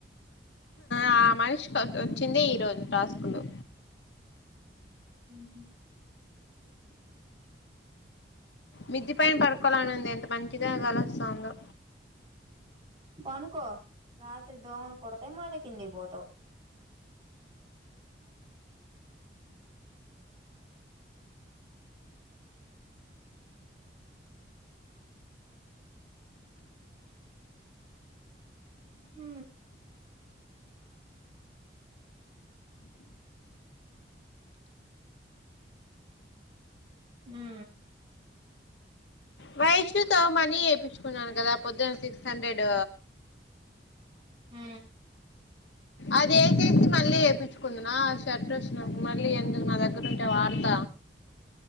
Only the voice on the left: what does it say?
ఆ మనిషికి వచ్చింది ఈరోజు ట్రాస్కులు
మిద్ధి పైన పడుకోవాలనింది ఎంత మంచిగా గాలొస్తుందో
వైష్యుతో మనీ వయించుకున్నాను కదా పొద్దున సిక్స్ హండ్రెడ్
అదే చేసి మళ్ళీ వేయిపించుకుందునా ఆ షర్ట్ వచ్చిన మళ్ళీ ఎందుకు నా దగ్గర ఉంటే వాడత